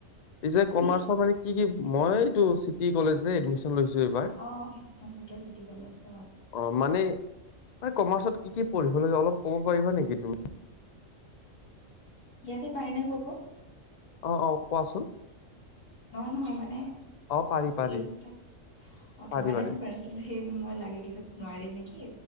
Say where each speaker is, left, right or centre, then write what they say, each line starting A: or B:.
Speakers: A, on the left (about 50°); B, on the left (about 85°).
A: পিছে
B: তুমি
A: কমাৰ্চৰ মানে - কি কি মই এইটো চিটি কলেজ এডমিশ্যন - লৈছো এইবাৰ।
B: অ সেইটো হিতেশ্বৰ শইকীয়া চিটি কলেজ ন।
A: অ মানে, মানে কমাৰ্চত কি কি পঢ়িব লাগে অলপ ক'ব পাৰিবা নেকি তুমি?
B: ইয়াতে পাৰে নে কব?
A: অ অ কোৱাচোন।
B: নহয় নহয় মানে,
A: অ' পাৰি পাৰি
B: এই পাৰ্চনেল অকে
A: পাৰি
B: মানে
A: পাৰি
B: মোৰ পাৰ্চনেল - সেই মই লাগে কিজান নোৱাৰি নেকি!